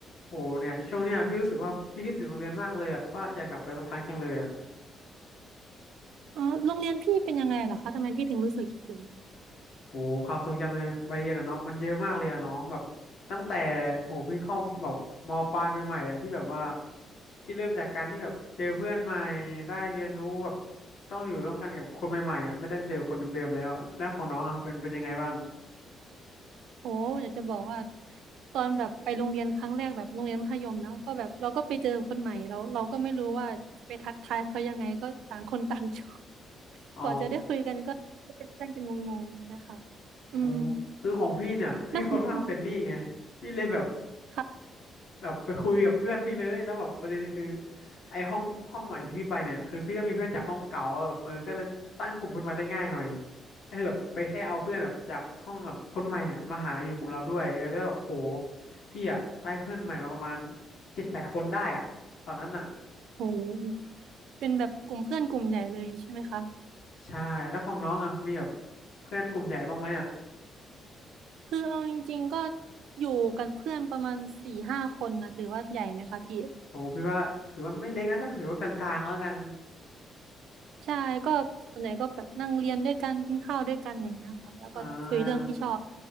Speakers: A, on the left; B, on the right.
A: โหเนี่ยช่วงเนี้ยพี่รู้สึกว่าพี่คิดถึงโรงเรียนมากเลยอะว่าอยากกลับไปสักครั้งจังเลยอะ
B: อ๋อโรงเรียนพี่เป็นยังไงเหรอคะทำไมพี่ถึงรู้สึกคิดถึง
A: โหความทรงจำในวัยเรียนอะเนาะมันเยอะมากเลยอะน้องแบบตั้งแต่โหพี่เข้าแบบมปลายใหม่ๆอะที่แบบว่าพี่เริ่มจากการที่แบบเจอเพื่อนใหม่ได้เรียนรู้แบบต้องอยู่ร่วมกันกับคนใหม่ๆอะไม่ได้เจอคนเดิมๆแล้วอะแล้วของน้องอะเป็นเป็นยังไงบ้าง
B: โอ้อยากจะบอกว่าตอนแบบไปโรงเรียนครั้งแรกแบบโรงเรียนมัธยมนะก็แบบเราก็ไปเจอคนใหม่เราเราก็ไม่รู้ว่าจะไปทักทายเขายังไงก็ต่างคนต่าง <laughs> อยู่ <laughs>
A: อ๋อ
B: กว่าจะได้คุยกันก็เป็นเพื่อนกันงงๆนะคะอืม
A: อ๋อคือของพี่เนี่ยพี่ค่อนข้างเฟรนลี่ไง
B: แล้วของพี่
A: พี่เลยแบบ
B: ค่ะ
A: แบบไปคุยกับเพื่อนพี่เลยแล้วแบบประเด็นคือไอ้ห้องห้องใหม่ที่พี่ไปเนี่ยคือพี่ก็มีเพื่อนจากห้องเก่าแบบเออก็เลยตั้งกลุ่มขึ้นมาได้ง่ายหน่อยก็คือแบบไปแค่เอาเพื่อนแบบจากห้องแบบคนใหม่เนี่ยมาหาอยู่กลุ่มเราด้วยเออแล้วก็แบบโหพี่อะได้เพื่อนใหม่มาประมาณเจ็ดแปดคนได้อะตอนนั้นอะ
B: โหเป็นแบบกลุ่มเพื่อนกลุ่มใหญ่เลยใช่ไหมคะ
A: ใช่แล้วของน้องอะมีแบบเพื่อนกลุ่มใหญ่บ้างไหมอะ
B: คือเอาจริงๆก็อยู่กันเพื่อนประมาณสี่ห้าคนนะถือว่าใหญ่ไหมคะพี่
A: โอ้พี่ว่าถือว่าไม่เล็กนะก็ถือว่ากลางๆแล้วกัน
B: ใช่ก็ส่วนใหญ่ก็แบบนั่งเรียนด้วยกันกินข้าวด้วยกันอย่างเงี้ยค่ะแล้วก็คุยเรื่องที่ชอบ
A: อ่า